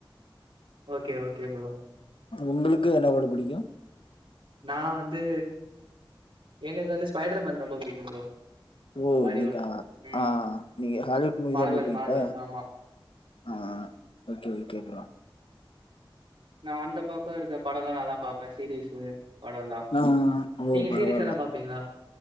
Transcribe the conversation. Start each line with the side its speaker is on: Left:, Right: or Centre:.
Right: ஓகே ஓகே ப்ரோ
Left: உங்களுக்கு என்ன படோ புடிக்கு
Right: நா வந்து எனக்கு வந்து ஸ்பைடர்மேன் ரொம்ப புடிக்கு ப்ரோ
Left: ஓ
Right: ஹாலிவுட்ல
Left: நீங்க
Right: ம்
Left: ஆ நீங்க ஹாலிவுட் மூவிதா
Right: மார்வல்
Left: பாக்கீங்ளா
Right: மார்வல் ஆமா
Left: ஆ ஓகே ஓகே ப்ரோ
Right: நா அந்த பக்கம் இருக்க படம் எல்லா நல்லா பா ப்ப சீரீஸ் படம்ல்லா
Left: ஆ ஓ
Right: நீங்க
Left: பரவால்ல
Right: சீரீஸ் எல்லா பாப்பீங்களா